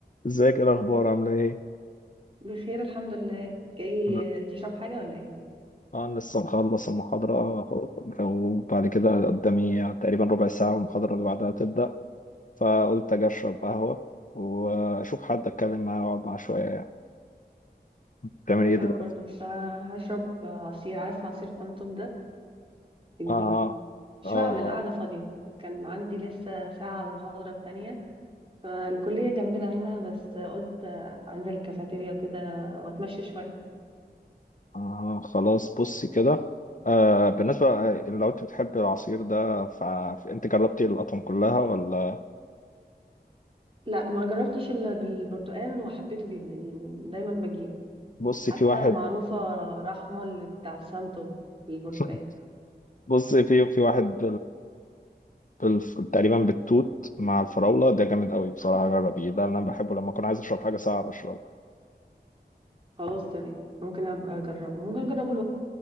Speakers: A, on the left; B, on the right.
A: ازيك ايه الاخبار عامله ايه
B: بخير الحمد لله جاي
A: انا
B: تشرب حاجة ولا ايه؟
A: آه، انا لسه مخلص المحاضره اهو وبعد كده قدامي تقريبا ربع ساعه والمحاضره اللي بعدها تبدا فقلت اجي اشرب قهوه واشوف حد اتكلم معاه واقعد معاه شويه يعني بتعمل
B: وانا
A: ايه
B: كمان
A: دلوقتي
B: برضو بس ه- هشرب عصير عارف عصير سنتوب ده بجيب
A: اه اه
B: مش
A: اه, آه.
B: بعمل قاعدة فاضية كان عندي لسه ساعة على المحاضرة التانية فالكلية جنبنا هنا بس قلت انزل الكافيتيريا وكده واتمشى شوية
A: آه، خلاص بصي كده آه بالنسبه لو انت بتحب العصير ده فانت جربتي الاطعم كلها ولا
B: لا ما جربتش الا بالبرتقال وحبيته جدا يعني دايما بجيب
A: بصي
B: حتى
A: في واحد
B: معروفة رحمة اللي بتاع السنتوب البرتقال
A: <laughs> بص في في واحد بالف... تقريبا بالتوت مع الفراولة ده جامد قوي بصراحة جربيه ده اللي أنا بحبه لما أكون عايز أشرب حاجة ساقعة بشربها
B: خلاص تمام ممكن ابقى اجربه ممكن اجربه